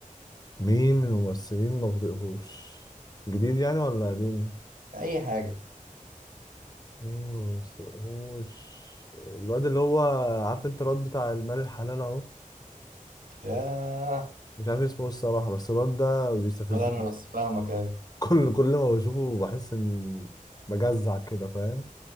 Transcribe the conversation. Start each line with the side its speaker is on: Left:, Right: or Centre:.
Left: مين من الممثلين ما بطيقهوش جديد يعني ولا قديم
Right: اي حاجه
Left: مين ما بطيقهوش الواد اللي هو عارف انت الواد بتاع المال الحلال اهو
Right: ياه
Left: مش عارف اسمه إيه الصراحة بس الواد ده بيستفزني
Right: ولا انا بس فاهمك ايه
Left: <laughs> كل كل ما بشوفه بحس ان بجزع كده فاهم